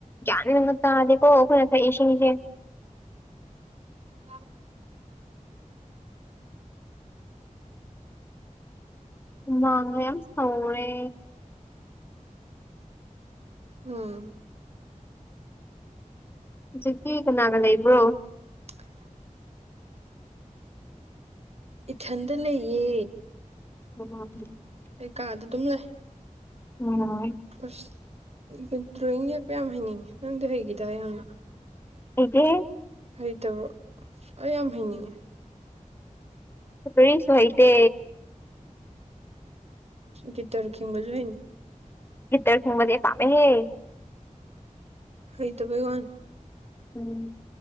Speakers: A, on the left; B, on the right.
A: ꯒ꯭ꯌꯥꯟ ꯃꯦꯟꯒ ꯇꯥꯗꯀꯣ ꯑꯩꯈꯣꯏꯅ ꯊꯛꯏ ꯏꯁꯤꯡꯁꯦ
B: <unintelligible>
A: ꯍꯨꯃꯥꯡ ꯃꯌꯥꯝ ꯁꯧꯔꯦ
B: ꯎꯝ
A: ꯍꯧꯖꯤꯛꯇꯤ ꯀꯅꯥꯒ ꯂꯩꯕ꯭ꯔꯣ
B: <unintelligible> ꯏꯊꯟꯗ ꯂꯩꯌꯦ
A: <unintelligible>
B: ꯑꯩ ꯀꯥꯗ ꯗꯨꯝ ꯂꯩ
A: ꯎꯝ
B: ꯑꯁ ꯗ꯭ꯔꯣꯋꯤꯡ ꯌꯦꯛꯄ ꯌꯥꯝ ꯍꯩꯅꯤꯡꯉꯦ ꯅꯪꯗꯤ ꯍꯩꯒꯤꯗꯥꯢ ꯌꯥꯝꯅ
A: <unintelligible>
B: ꯍꯩꯇꯕ꯭ꯔꯣ ꯑꯁ ꯑꯩ ꯌꯥꯝ ꯍꯩꯅꯤꯡꯉꯦ
A: ꯁꯔꯤꯁ <unintelligible> ꯋꯥꯍꯤꯇꯦ
B: ꯒꯤꯇꯔ ꯈꯤꯡꯕꯖꯨ ꯍꯩꯅꯤꯡꯉꯤ
A: ꯒꯤꯇꯥꯔ ꯈꯤꯡꯕꯗꯤ ꯄꯥꯝꯃꯦꯍꯦ
B: ꯍꯩꯇꯕꯩ ꯋꯥꯅꯦ
A: ꯎꯝ